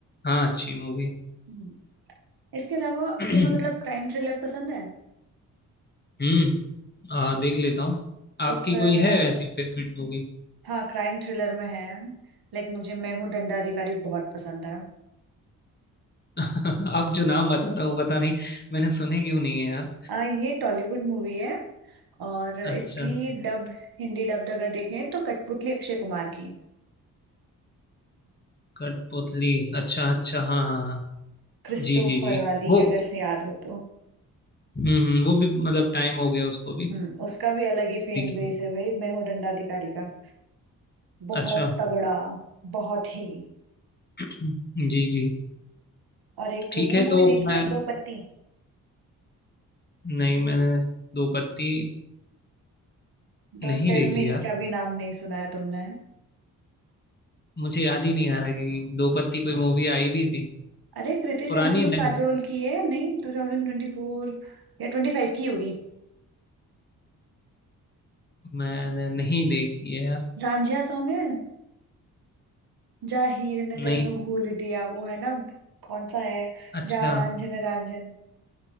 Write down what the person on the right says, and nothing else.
हम्म। इसके अलावा
तुम्हें मतलब क्राइम थ्रिलर पसंद है
तो
फिर
अ,
हाँ क्राइम थ्रिलर में है लाइक मुझे मैं हूँ दंडाधिकारी बहुत पसंद है
आ, ये टॉलीवुड मूवी है और इसकी
डब हिंदी डब अगर देखें तो कठपुतली अक्षय कुमार की
क्रिस्टोफर
वाली
अगर याद हो तो
हम्म उसका भी अलग ही फैन
बेस
है भाई मैं हूँ दंडाधिकारी का बहुत
तगड़ा बहुत ही
और एक
वो
मूवी
देखी
है Do Patti
Don't
tell
me इसका
भी नाम नहीं सुना है तुमने
अरे कृति सेनन
और
काजोल की है नहीं 2024 या 25 की होगी
रांझा सॉन्ग है जा हीर ने
तेनू भूल दिया वो है ना कौन सा है
जा रांझन रांझन